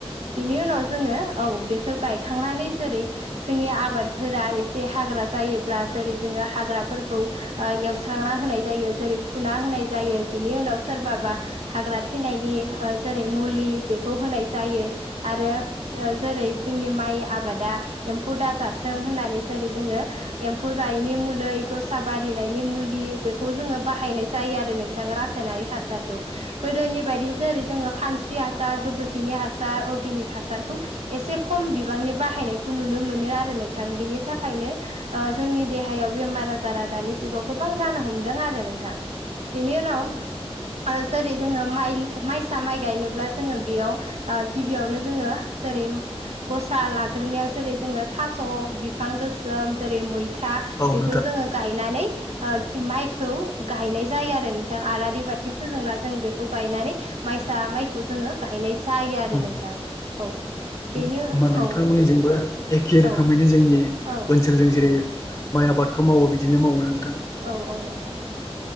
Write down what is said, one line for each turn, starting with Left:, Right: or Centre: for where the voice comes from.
Right: बिनि उन उनाव जोङो औ बेखौ गायखांनानै जेरै जोंनि आबादफोरा एसे हाग्रा जायो ब्ला जेरै जोङो हाग्राफोरखौ ओ एवस्रांना होनाय जायो जेरै फुना होनाय जायो बिनि उनाव सोरबाबा हाग्रा थैनायनि ओ जेरै मुलि बेखौ होनाय जायो आरो ओ जेरै जोंनि माइ आबादा एम्फौ दाजाथों होननानै जेरै जोङो एम्फौ जायैनि मुलै गसा बारिनायनि मुलि बेखौ जोङो बाहायनाय जायो आरो नोंथां रा रासायनारि हासारखौ गोदोनि बायदि जेरै जोङो खानस्रि हासार गोबोरखिनि हासार अर्गे निक हासारखौ एसे खम बिबांनि बाहायनायखौ नुनो मोनो आरो नों थां बिनि थाखायनो ओ जोंनि देहायाव बेमार आजारा दानि जुगाव गोबां जानो हमदों आरो नोंथां बेनि उनाव ओ जेरै जोङो माइसा माइ गायनोब्ला जोङो बेयाव ओ गिबियावनो जोङो जेरै गसा लाग्रोनायाव जेरै जोङो थास' बिफां गोसोम जेरै मै था
Left: उम
Right: बेखौ जोङो गायनानै ओ माइखौ गायनाय जायो आरो नोंथां आलारि बाथि फोजोंना जों बेखौ गायनानै माइसा माइखौ जोङो गाहायनायसो जायो आरो
Left: उम
Right: नोंथां औ बेनो
Left: होमबा नोंथांमोननिजोंबो
Right: औ
Left: एखे
Right: औ
Left: रोखोमैनो जोंनि
Right: औ
Left: ओनसोलजों जेरै माइ आबादखौ मावो बिदिनो मावो नों
Right: औ औ नोंथां